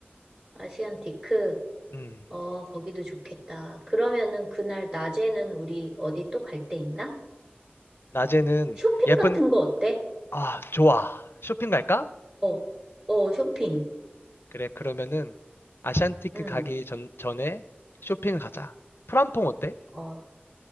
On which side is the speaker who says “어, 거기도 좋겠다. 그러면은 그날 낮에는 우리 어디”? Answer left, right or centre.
Right